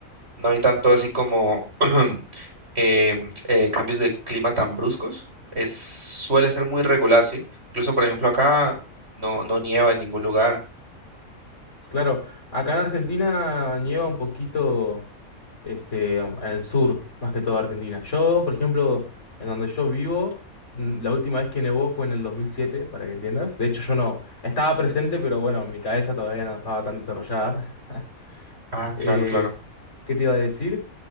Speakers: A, on the right; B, on the left.
A: No hay tanto así como <clears throat> em, eh, cambios de clima tan bruscos. Es, suele ser muy regular, ¿sí? Incluso, por ejemplo, acá no, no nieva en ningún lugar.
B: Claro. Acá en Argentina nieva un poquito. este, en el sur, más que todo Argentina. Yo, por ejemplo, en donde yo vivo, mm, la última vez que nevó fue en el 2007, para que entiendas. De hecho, yo no estaba presente, pero bueno, mi cabeza todavía no estaba tan desarrollada. <laughs>
A: Ah,
B: Eh,
A: claro, claro.
B: ¿qué te iba a decir?